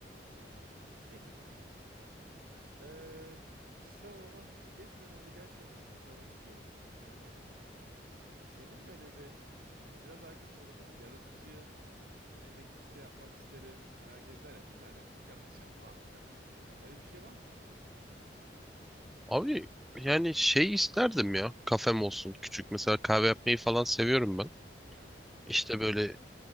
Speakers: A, on the right; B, in the centre.
A: Zor da. Neyse. Ee, kişisel alana geçmeden önce gerçekten sana şunu sormak istiyorum. Yani e, senin böyle bir biraz alakasız olacak ama yaratıcı hani emeklilikte yapmak isterim. Hani herkes der ya bir tane dükkan açacağım falan filan. Öyle bir şey var mı?
B: Abi yani şey isterdim ya. Kafem olsun küçük. Mesela kahve yapmayı falan seviyorum ben.
A: Aynen.
B: İşte böyle